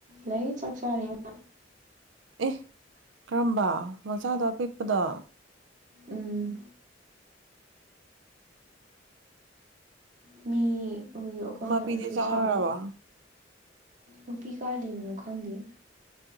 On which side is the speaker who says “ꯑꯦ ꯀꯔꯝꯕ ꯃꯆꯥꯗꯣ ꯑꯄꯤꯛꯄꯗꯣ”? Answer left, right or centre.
Right